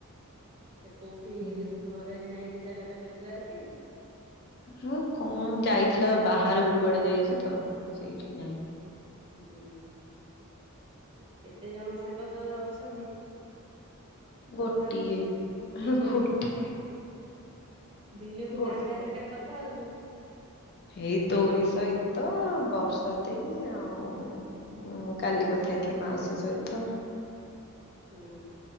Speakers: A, on the right; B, on the left.
A: ସେ କୋଉଠି
B: ଆଉ ହୁଁ
A: ଘରେ ନାହିଁ କିି ତାଙ୍କର ନେଟୱାର୍କ।
B: ହୁଁ କଣ ଯାଇଥିଲା ବାହାରକୁ କୁଆଡେ ଯାଇଛି ତ, ସେଇଠି ନାହିଁ।
A: ହୁଁ କେତେ ଜଣ ସାଙ୍ଗ ତୋର ଅଛନ୍ତି। କଥା
B: ଗୋଟିଏ
A: ହଉଛୁ ଦିନକୁ
B: ଗୋଟେ
A: ଦିନକୁ
B: ଗୋଟେ
A: କାହା କାହା ସାଙ୍ଗରେ କଥା ହଉଛୁ।
B: ଏଇ ତୋରି ସହିତ ବର୍ଷା ଦେଇ ଆଉ ହୁଁ, କାଲି କଥା ହେଇଥିଲି ମାଉସୀ ସହିତ
A: ହୁଁ